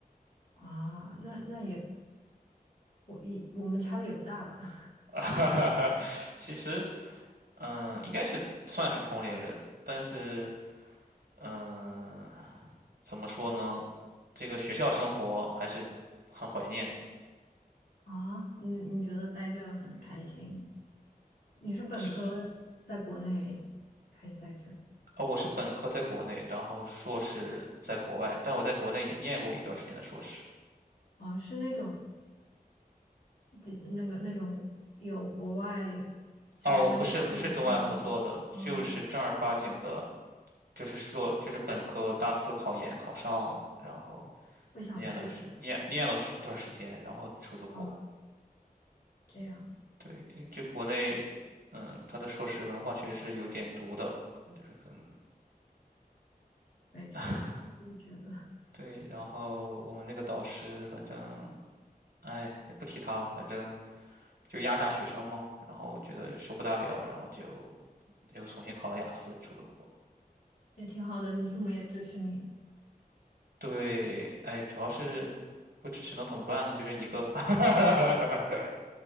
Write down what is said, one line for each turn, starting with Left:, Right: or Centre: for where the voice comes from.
Left: 啊，那那也我一我们差的也不大吧？<laughs>
Right: <laughs> 其实嗯，应该是算是同龄人，但是嗯。怎么说呢？这个学校生活还是很怀念的。
Left: 啊，你你觉得待着很开心？你是本科
Right: 这
Left: 在国内还是在这儿？
Right: 啊，我是本科在国内，然后硕士在国外，但我在国内也念过一段时间的硕士。
Left: 啊，是那种，几那个那种有国外去国外念
Right: 哦，不是，不是中外合作的，
Left: 项目吗？啊，
Right: 就是正儿八经的，就是说，就是本科大四考研考上了，然后
Left: 不想去
Right: 念了是念念了是一段时间，然后出的国。
Left: 啊，这样
Right: 对，就国内，嗯，他的硕士文化确实是有点毒的，就是跟。
Left: 没错，
Right: <laughs>
Left: 我也觉得
Right: 对，然后我们那个导师，反正哎，也不提他了，反正就压榨学生嘛。然后觉得受不大了，然后就又重新考了雅思，出了国。
Left: 也挺好的，你父母也支持你，
Right: 对，哎，主要是不支持能怎么办呢？就这一个。<laughs>